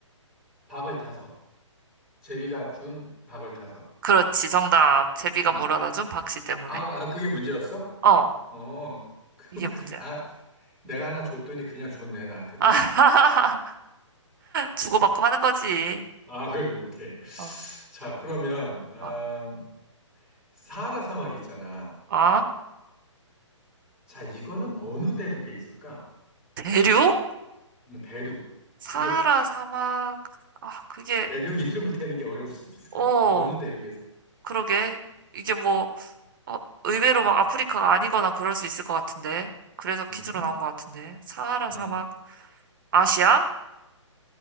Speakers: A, in the centre; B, on the right (about 40°).
A: 박을 타서. 제비가 준 박을 타서.
B: 그렇지 정답. 제비가
A: 음.
B: 물어다 준 박씨 때문에.
A: 아, 아, 그게 문제였어?
B: 어
A: 어. <laughs> 그,
B: 이게
A: 그,
B: 문제야.
A: 아, 내가 하나 줬더니 그냥 줬네, 나한테도.
B: <laughs> 아, 주고받고 하는 거지.
A: 아, 그래, 오케이.
B: 어,
A: 자, 그러면, 음,
B: 어,
A: 사하라 사막 있잖아.
B: 어?
A: 자, 이거는 어느 대륙에 있을까?
B: 대륙?
A: 음, 대륙.
B: 사하라
A: 이게
B: 사막. 아 그게
A: 대륙 <laughs> 이름을 대는 게 어려울 수도 있을 것
B: 어
A: 같아. 어느 대륙에
B: 그러게 이게 뭐. 어, 의외로 막 아프리카가 아니거나 그럴 수 있을 것 같은데. 그래서 퀴즈로
A: 음,
B: 나온 것 같은데. 사하라
A: 음.
B: 사막, 아시아?